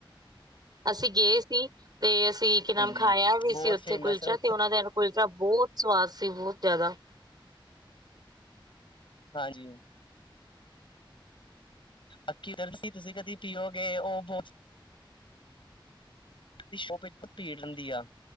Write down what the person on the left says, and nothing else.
ਹਾਂਜੀ
ਬਹੁਤ
ਫੇਮਸ
ਹੈ ਉੱਥੇ
ਹਾਂਜੀ। ਅੱਖੀ ਉਧਰਸੀ ਤੁਸੀ ਕਦੀ ਪੀਓਗੇ ਓ ਬੋ ਦੀ ਸ਼ੋਪ ਬੋ ਭੀੜ ਰਿਂਦੀ ਆ